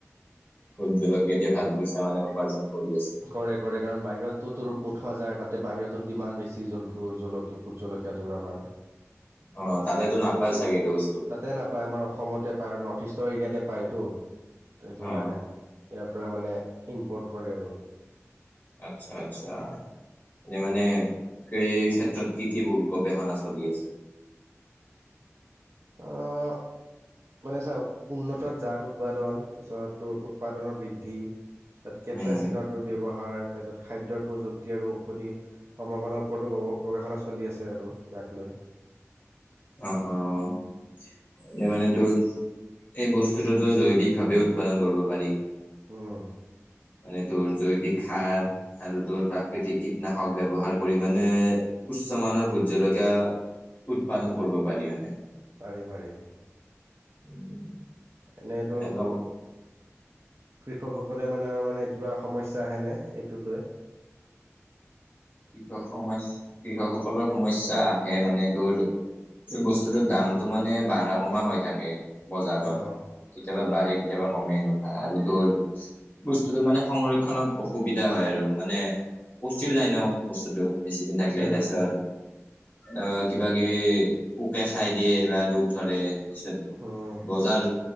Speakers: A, on the left (about 30°); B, on the right (about 65°).
A: ভোট জলকীয়া দি ভাল পইচা মানে উপাৰ্জন কৰি আছে
B: কৰে-কৰে কাৰণ বাহিৰত তো তোৰ পঠোৱা যায় তাতে বাহিৰতো দিমান বেছি ভোট জলকীয়াটোৰ আমাৰ।
A: অ তাতেতো নাপায় চাগে এইটো বস্তু
B: তাতে নাপায় আমাৰ অসমতে পায় আৰু নৰ্থ ইষ্টৰ এৰিয়াতে পায়টো। ত' এইটো কাৰণে
A: অ
B: ইয়াৰ পৰা মানে ইম্পৰ্ট কৰে আৰু।
A: আচ্ছা-আচ্ছা। এনে মানে সেই ক্ষেত্ৰত কি-কি গৱেষণা চলি আছে? <inaudible>
B: অ' মানে চাও উন্নত জাত উৎপাদন তাৰপিছত তোৰ উৎপাদনৰ বৃদ্ধি। তাত কেপচাই
A: উম
B: চিনৰটোৰ ব্যৱহাৰ। তাৰপিছত খাদ্যৰ প্ৰযুক্তি আৰু ঔষধি সম্ভাৱনাৰ ওপৰতো গৱেষণা চলি আছে আৰু ইয়াক লৈ।
A: অ', অ' এনে মানে তোৰ এই বস্তুটোতো জৈৱিকভাৱে উৎপাদন কৰিব পাৰি।
B: উম।
A: মানে তোৰ জৈৱিক সাৰ আৰু তোৰ প্ৰাকৃতিক কীটনাশক ব্যৱহাৰ কৰি মানে উচ্চ মানৰ ভোট জলকীয়া উৎপাদন কৰিব পাৰি মানে।
B: পাৰি পাৰি।
A: উম।
B: এনেইতো
A: এৰ লগ-
B: কৃষকসকলে মানে-মানে কিবা সমস্যা আহেনে এইটো লৈ।
A: কৃষক সমস্যা কৃষকসকলৰ সমস্যা আহে মানে তোৰ বস্তুটো দামটো মানে বাঢ়া কমা হৈ থাকে বজাৰত
B: অঁ
A: কেতিয়াবা বাৰে কেতিয়াবা কমে এনেকুৱা আৰু তোৰ বস্তুটো মানে সংৰক্ষণত অসুবিধা হয় আৰু মানে পচিওঁ যায় ন বস্তুটো বেছি দিন থাকিলে
B: যায়
A: তাৰপিছত
B: যায়
A: অ' কিবা <unintelligible> পোকে খাই দিয়ে বা ৰোগ ধৰে তাৰপিছত
B: উম,
A: বজাৰ